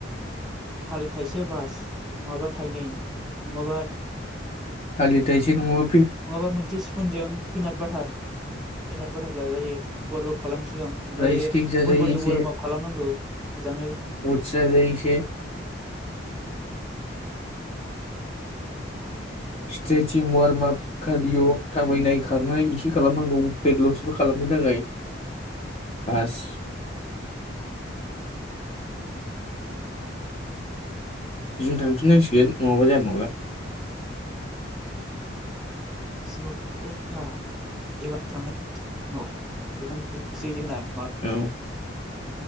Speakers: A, in the centre; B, on the left (about 30°).
A: थालिर थाइसे बास नङाबा थाइनै नङाबा
B: थालिर थाइसे नङा
A: नङाबा मोनसे स्पुनजों पिनाट बाटार पिनाट बाटार जाजायो वार्कआउट खालाम सिगां ओमफ्रायो
B: राइस केक जाजायो
A: फुल बडि
B: एसे
A: वार्मआप खालामनांगौ मोजाङै ।
B: अटस जाजायो एसे स्ट्रेचं वार्मआप कार्डिअ' थाबायनाय खारनाय एसे खालामनांगौ पेडलसबो खालामनो थाखाय बास । जों थांफिननांसिगोन नङाबा जाया नंला ।
A: जिमाव थांनाय जाला एबार थांनांसिगोन <inaudible> जोंना ।
B: औ ।